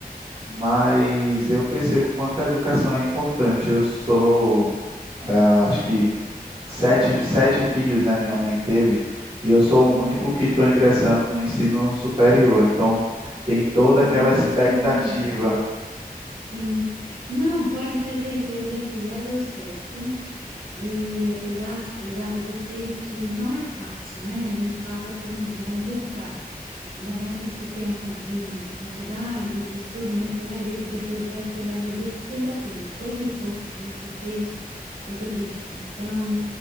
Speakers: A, on the right; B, on the right.
A: Mas eu percebo quanto a educação é importante. Eu sou, ah, acho que sete, sete filhos, né? Minha mãe teve, e eu sou
B: Uhum.
A: o único que estou ingressando no ensino superior. Então, tem toda
B: Nossa,
A: aquela expectativa.
B: que honra. Sim. Não, pode ter certeza que já deu certo. E apesar dos pesares, eu sei que não é fácil, né? A gente passa por uns bons bocados, ainda mais nesse tempo de, de faculdade, de estudo, mas você vai ver que depois vai ter valido tudo a pena, todo o esforço que você fez, toda a dedicação,